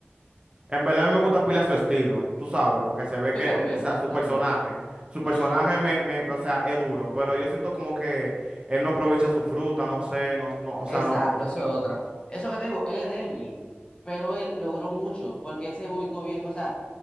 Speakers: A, on the right (about 25°); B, on the left (about 25°).
A: En verdad a mí me gusta pila su estilo, tú sabes, porque se ve
B: Sí,
A: que, eh,
B: también,
A: o sea, su
B: también.
A: personaje, su
B: Sí,
A: personaje
B: sí.
A: me, me, o sea, es duro, pero yo siento como que él no aprovecha su fruta, no sé, no, no, o sea,
B: Exacto,
A: no, no lo
B: eso
A: siento.
B: es otra. Eso que te digo, él es débil, pero él logró mucho porque él se ubicó bien. O sea,